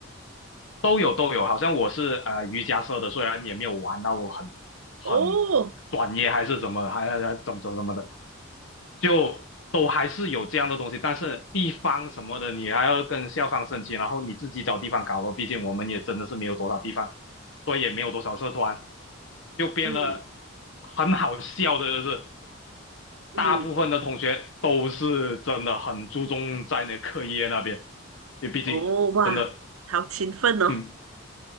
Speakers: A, on the left; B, on the right.
A: 都有都有，好像我是呃瑜伽社的，虽然也没有玩到很很
B: 哦，
A: 专业还是怎么，还还怎么怎么怎么的，就都还是有这样的东西。但是地方什么的，你还要跟校方申请，然后你自己找地方搞咯。毕竟我们也真的是没有多少地方，所以也没有多少社团，就变了。
B: 嗯
A: 很好笑的就是
B: 嗯，
A: 大部分的同学都是真的很注重在那课业那边，因为毕竟真的
B: 哦哇，好勤奋哦，
A: 嗯